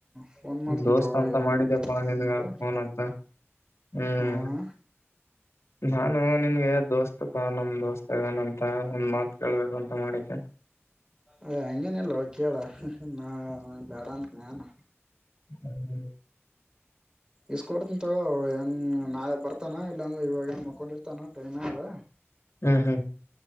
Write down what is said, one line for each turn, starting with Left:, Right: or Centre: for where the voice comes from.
Right: ಫೋನ್ ಮಾಡ್ತಿನ್
Left: ದೋಸ್ತ್
Right: ತೊಗೊ
Left: ಅಂತ
Right: ಯನ್
Left: ಮಾಡಿದೆಪ್ಪಾ ನಿನ್ಗ
Right: ನಂಬ್ರ
Left: ಫೋನ್ ಅಂತ ಹ್ಮ್
Right: ಹ
Left: ನಾನು ನಿನ್ಗೆ ದೋಸ್ತಪ ನಮ್ ದೋಸ್ತ ಅದನಂತ ಒಂದ್ ಮಾತ್ ಕೇಳ್ಬೇಕು ಅಂತ ಮಾಡಿದ್ದೆ
Right: ಹ ಹಂಗೇನಿಲ್ಲೋ ಕೇಳ ನಾ ಬೇಡ ಅಂತ ನಾನ
Left: ಹ್ಮ
Right: ಇಸ್ಕಡ್ತನ್ ತಗ ಏನು ನಾಳೆ ಬರ್ತಾನ ಇಲ್ಲಾಂದ್ರೆ ಇವಾಗ ಏನು ಮಕ್ಕೊಂಡಿರ್ತಾನ ಟೈಮೇ ಅದ
Left: ಹ್ಮ್ ಹ್ಮ್